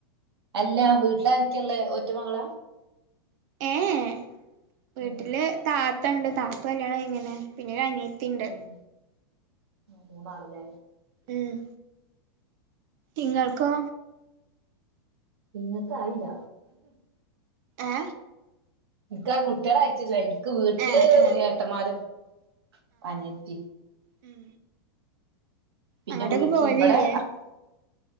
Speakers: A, on the right (about 85°); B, on the right (about 45°).
A: അല്ല വീട്ടിലാര ക്കേള്ളെ ഒറ്റമകള
B: ഏഎ വീട്ടില്
A: ഉം
B: താ ത്തണ്ട് താത്ത കല്യാണം കഴിഞ്ഞിണ് പിന്നെരു അനിയ ത്തിണ്ട്
A: ഉം മൂന്നാള് ലെ
B: ഉം ഇങ്ങൾക്കോ
A: ഇങ്ങക്ക്‌ ആയില്ല
B: ഏ
A: ഇൻക്ക് ആ ‌ കുട്ട്യള് ആയിട്ടില്ലയ്ന് ഇൻക് വീട്ടില്
B: ഏ ഏ
A: ഏട്ടന്മാരും പനിയത്തി
B: ഉം
A: പിന്നെ
B: അങ്ങോട്ടൊക്കെ
A: വീട്ടിൽ
B: പോവലില്ലേ
A: ഇവിടെ